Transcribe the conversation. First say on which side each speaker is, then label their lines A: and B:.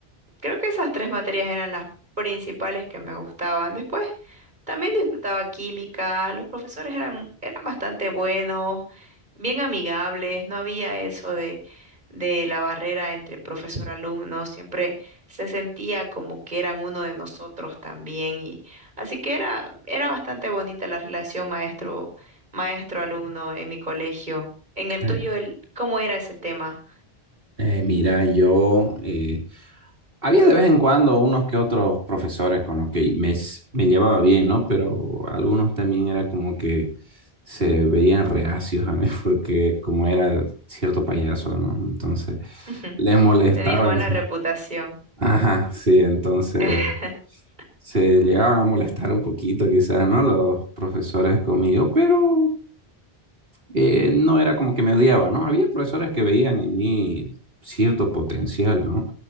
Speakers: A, on the right; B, on the right.
A: Creo que esas tres materias eran las principales que me gustaban. Después también disfrutaba química, los profesores eran, eran bastante buenos, bien amigables, no había eso de, de la barrera entre profesor-alumno, siempre se sentía como que eran uno de nosotros también. Y, así que era, era bastante bonita la relación maestro, maestro-alumno en mi colegio. En el
B: Eh,
A: tuyo, el, ¿cómo era ese tema?
B: eh, mira, yo eh, Había de vez en cuando unos que otros profesores con los que me, s- me llevaba bien, ¿no? Pero algunos también era como que se veían reacios a mí <laughs> porque como era cierto payaso, ¿no? Entonces
A: <laughs>
B: les molestaba.
A: Tenías mala
B: en sí.
A: reputación.
B: Ajá, sí, entonces
A: <laughs>
B: se llegaban a molestar un poquito quizás, ¿no? Los profesores conmigo, pero eh, no era como que me odiaba, ¿no? Había profesores que veían en mí cierto potencial, ¿no?